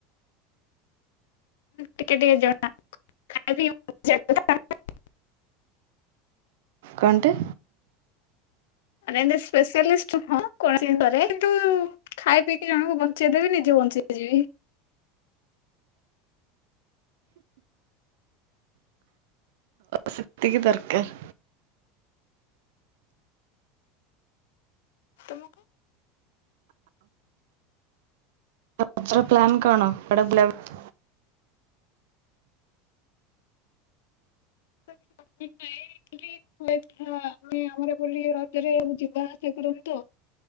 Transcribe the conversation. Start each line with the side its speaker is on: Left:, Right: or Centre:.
Left: ଟିକେ-ଟିକେ ଜଣା ଖାଇ ପିଇ <unintelligible>
Right: କଣ ଟେ?
Left: ମାନେ ଏମିତି ସ୍ପେଶିଆଲିଷ୍ଟ ନୁହଁ <unintelligible> କରେ କିନ୍ତୁ ଖାଇ ପିଇକି ଜଣଙ୍କୁ ବଞ୍ଚେଇ ଦେବି ନିଜେ ବଞ୍ଚି ଯିବି।
Right: ସେତିକି ଦରକାର୍।
Left: ତମୁକୁ
Right: ଏଥର ପ୍ଲାନ୍ କଣ <unintelligible>
Left: <unintelligible> <unintelligible>